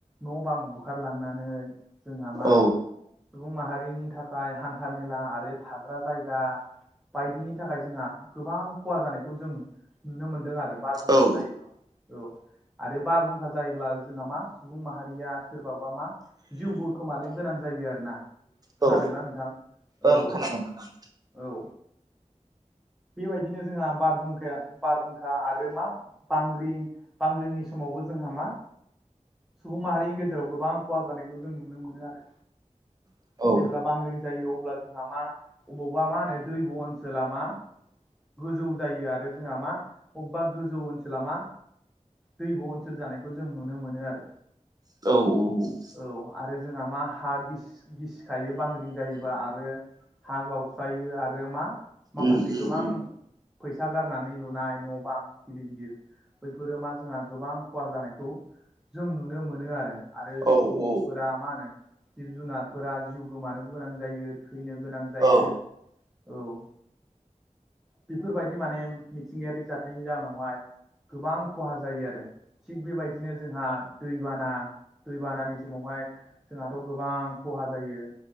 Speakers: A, in the centre; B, on the right.
A: न' बां बुखारलांनानै जोंहा मा
B: औ
A: सुबुं माहारिनि थाखाय हान्था मेला आरो थाग्रा जाय गा बायदिनि थाखाय जोंहा गोबां खहा जानायखौ जों नुनो मोनदों बारहुंखा
B: औ
A: जायोब्ला औ आरो बारहुंखा जायोब्ला जोंहा मा सुबुं माहारिया सोरबाबा मा जिउबो खोमानो गोनां जायो आरोना।
B: औ
A: खोनादोंना नोंथां?
B: ओं
A: औ
B: खोनादों खोनादों
A: औ बेबायदिनो जोंहा बारहुंखाया बारहुंखा आरो मा बांग्रिं बांग्रिंनि समावबो जोंहा मा सुबुं माहारिनि गेजेराव गोबां खहा जानाय जों नुनो मोनो आरो।
B: खोनादों औ
A: जेब्ला बांग्रिं जायो अब्ला जोंहा मा अबावबा मा होनो दैब' ओनसोला मा गोजौ जायो आरो जोंहा मा अबेबा गोजौ ओनसोला मा दैब' ओनसोल जानायखौ जों नुनो मोनोआरो।
B: औ औ औ
A: औ आरो जोंहा मा हा गिसिखायो बांग्रिं जायोबा आरो हा गावस्रायो आरो मा माखासे
B: उम उम
A: गोबां
B: उम
A: फैसा गारनानै लुनाय न' बां गिदिर गिदिर बैफोरो मा जोंहा गोबां खहा जानायखौ जों नुनो मोनो आरो आरो
B: औ
A: सुबुंफोरा
B: औ
A: मा होनो। जिब जुनारफोरा जिउ गोमानोबो गोनां जायो थैनो गोनां। जायो।
B: औ
A: औ बेफोरबायदि माने मिथिंगायारि जाथायनि जाउनावहाय गोबां खहा जायोआरो। थिग बेबायदिनो जोंहा दैबाना दैबानानि समावहाय जोंहाथ' गोबां खहा जायो